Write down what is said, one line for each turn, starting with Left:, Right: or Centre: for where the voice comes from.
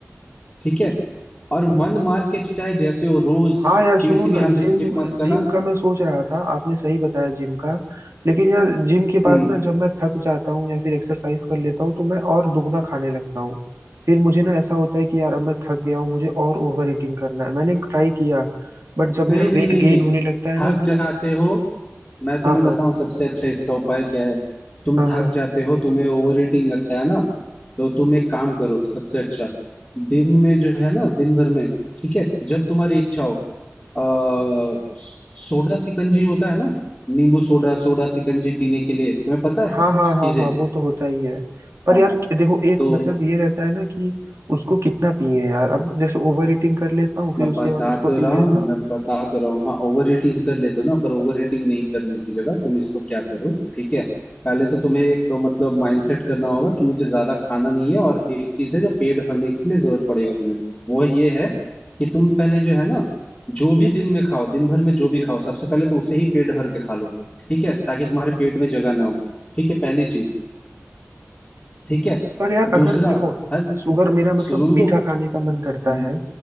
Left: ठीक है और मन मार के चाहे जैसे हो रोज
Right: हाँ यार सुनो
Left: किसी
Right: ना
Left: भी हाल
Right: जिम
Left: में स्किप मत करना
Right: जिम का मैं सोच रहा था आपने सही बताया जिम का लेकिन यार जिम के बाद
Left: हम्म
Right: ना जब मैं थक जाता हूँ या फिर एक्सरसाइज कर लेता हूँ तो मैं और दुगना खाने लगता हूँ फिर मुझे ना ऐसा होता है कि यार अब मैं थक गया हूँ मुझे और ओवर ईटिंग करना है मैंने ट्राई किया बट जब
Left: नहीं
Right: मेरा
Left: नहीं
Right: वेट
Left: नहीं
Right: गेन
Left: नहीं
Right: होने लगता है ना
Left: थक
Right: तो
Left: जाते हो मैं तुम्हें
Right: हाँ हाँ
Left: बताऊं सबसे अच्छा इसका उपाय क्या है तुम
Right: हाँ हाँ
Left: थक जाते हो तुम्हें ओवर ईटिंग लगता है ना तो तुम एक काम करो सबसे अच्छा दिन में जो है ना दिन भर में ठीक है जब तुम्हारी इच्छा हो अ, सोडा सिकंजी होता है ना नींबू सोडा सोडा सिकंजी पीने के लिए तुम्हें पता है
Right: हाँ हाँ
Left: चीजें
Right: हाँ हाँ वो तो होता ही है पर
Left: हाँ
Right: यार देखो एक
Left: तो
Right: मतलब ये रहता है ना कि उसको कितना पिए यार अब जैसे ओवर ईटिंग कर लेता हूँ फिर
Left: मैं
Right: उसके
Left: बता
Right: बाद उसको
Left: तो रहा
Right: पी लेता
Left: हूँ
Right: हूँ
Left: मैं बता तो रहा हूँ हाँ ओवर रेटिंग कर लेते हो ना पर ओवर रेटिंग नहीं करने की जगह तुम इसको क्या करो ठीक है पहले तो तुम्हें एक मतलब माइंडसेट करना होगा कि मुझे ज्यादा खाना नहीं है और एक चीज है जो पेट भरने के लिए जरूरत पड़ेगा तुम्हें वो ये है कि तुम पहले जो है ना जो भी दिन में खाओ दिन भर में जो भी खाओ सबसे पहले तो उसे ही पेट भर के खा लो ठीक है ताकि तुम्हारे पेट में जगह ना हो ठीक है पहली चीज ठीक है
Right: पर यार अगर
Left: दूसरा
Right: देखो
Left: हर
Right: शुगर मेरा मतलब
Left: सुनो
Right: मीठा
Left: तो
Right: खाने का मन करता
Left: हम्म
Right: है